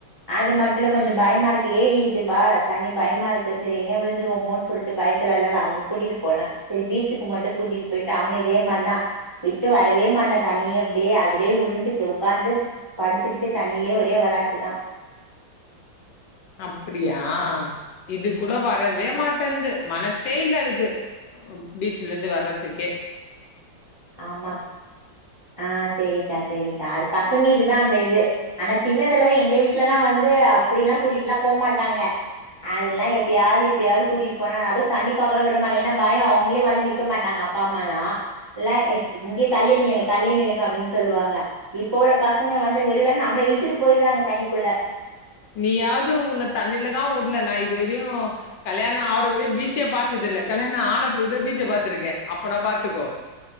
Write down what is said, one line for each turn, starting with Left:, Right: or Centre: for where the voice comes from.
Right: அது மட்டு இல்ல கொஞ்ச பயமா இருக்கு ஏரி இதுபா தண்ணி பயமாருக்கு செரி எங்கயா விழுந்துருவமோன் சொல்ட்டு பயத்துல எல்லால அங்க கூட்டிட்டு போனே செரி பீச்சுக்கு மட்டு கூட்டிட்டு போயிட்டு அவனு இதே மாரிதா விட்டு வரவே மாட்டா தண்ணி அப்டியே அதுலே உருண்டு க உக்காந்து படுத்துக்கிட்டு தண்ணிலே ஒரே வெளாட்டு தா
Left: அப்படியா இது கூட வரவே மாட்டன்து மனசே இல்ல அதுக்கு பீச்ல இருந்து வரதுக்கே
Right: ஆமா ஆஹ் செரிக்கா செரிக்கா அது பசங்க தா அந்த இது ஆனா சின்னதுலல்லா எங்க வீட்லல்லா வந்து அப்பிடில்லா கூட்டிட்ல்லா போமாட்டாங்க அதெல்லா எப்பயாவது எப்பயாவது கூட்டிட்டு போனாங்க அது தண்ணி பாக்கல்லா விட மாட்டாங் ஏன்னா பயோ அவுங்களே வந்து நிக்க மாட்டாங்க அப்பா அம்மாலா எல்லா எ இங்கயே தள்ளி நில்லுங்க தள்ளி நில்லுங்க அப்டின் சொல்லுவாங்க இப்ப உள்ள பசங்க வந்து விடலன் நம்மள இழுத்துட்டு போயிட்றாங்க தண்ணிக்குள்ள
Left: நீயாவ்து உன்ன தண்ணில தா உட்ல நா இதுவரயு கல்யாணோ ஆவர வரயு பீச்சே பாத்ததில்ல கல்யாணம் ஆனப்பிறவு தா பீச்ச பாத்திருக்கே அப்பனா பாத்துக்கோ